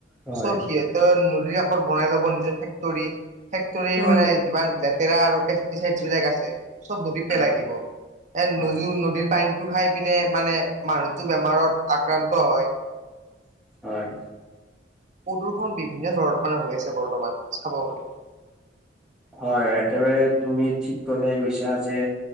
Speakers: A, in the centre; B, on the right (about 45°).
A: হয়
B: চব সিহতে- নদীৰ কাষৰ বনাই ল'ব, নিজৰ ফেক্টৰী, ফেক্টৰী
A: হয়
B: মানে- ইমান লেতেৰা আৰু পেষ্টিচাইড বিলাক আছে। চব নদীত পেলাই
A: হয়
B: দিব, এ
A: হয়
B: নদ- নদীৰ পানী- টো খাই পিনে মানে মানুহতো বেমাৰত আক্ৰান্ত হয়।
A: হয়
B: প্ৰদূষণ, বিভিন্ন বিভিন্ন ধৰণৰ মানে হৈ আছে বৰ্তমান চাব গলে।
A: হয়, হয়। একেবাৰে তুমি ঠিক কথাই কৈছা যে